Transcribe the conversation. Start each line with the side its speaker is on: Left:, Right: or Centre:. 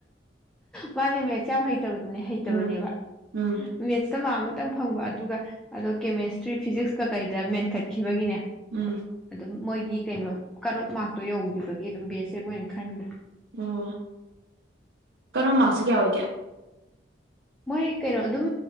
Centre: ꯃꯥꯖꯦ ꯃꯦꯠꯁꯦ ꯌꯥꯝ ꯍꯩ ꯍꯇꯕꯗꯨꯅꯦ ꯍꯩꯇꯕꯅꯦꯕ
Right: ꯎꯝ ꯎꯝ
Centre: ꯃꯦꯠꯁꯇ ꯃꯥꯔꯛ ꯑꯃꯇꯪ ꯐꯪꯕ ꯑꯗꯨꯒ ꯑꯗꯣ ꯀꯦꯃꯦꯁꯇ꯭ꯔꯤ ꯐꯤꯖꯤꯛꯁꯀ ꯀꯩꯗ ꯃꯦꯟꯈꯠꯈꯤꯕꯒꯤꯅꯦ
Right: ꯎꯝ
Centre: ꯑꯗꯨꯝ ꯃꯣꯏꯒꯤ ꯀꯩꯅꯣ ꯀꯠ ꯑꯣꯞ ꯃꯥꯔꯛꯇꯣ ꯌꯧꯒꯤꯕꯒꯤ ꯑꯗꯨꯝ ꯕꯤ ꯑꯦꯁ ꯑꯦꯞ ꯑꯣꯏꯅ ꯈꯟꯒꯔꯦ
Right: ꯑꯣ ꯀꯠ ꯑꯣꯞ ꯁꯦ ꯃꯥꯔꯛꯁꯦ ꯀꯌꯥ ꯑꯣꯏꯒꯦ
Centre: ꯃꯣꯏ ꯀꯩꯅꯣ ꯑꯗꯨꯝ